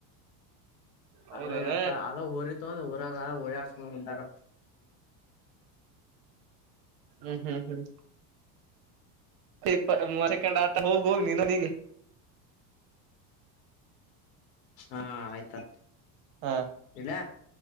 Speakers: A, on the right (about 50°); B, on the left (about 75°).
A: ಹೌದಾನ
B: ಅದೇ ಎತ್ತ ಅದ ಊರಿತಂದ ಊರಾಗ ಓಡಯಾಡ್ಸ್ಕೊಂಡ್ ಬಂದಾಗ.
A: ಹ್ಮ್ ಹ್ಮ್ ಹ್ಮ್ ಮೂವ ಸೆಕ್ ಆತ ಹೋಗ ಹೋಗ ನೀನು ನೀಗೆ.
B: ಹಾ ಆಯ್ತಾ.
A: ಹಾ
B: ಇಡ್ಲ್ಯಾ.